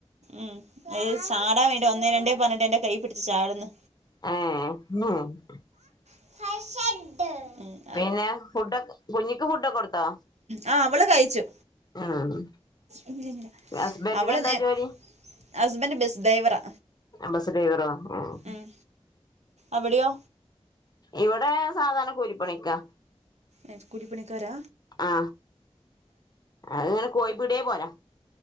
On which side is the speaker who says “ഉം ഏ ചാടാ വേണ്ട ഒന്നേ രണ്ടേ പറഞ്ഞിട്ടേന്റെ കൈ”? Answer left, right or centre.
Right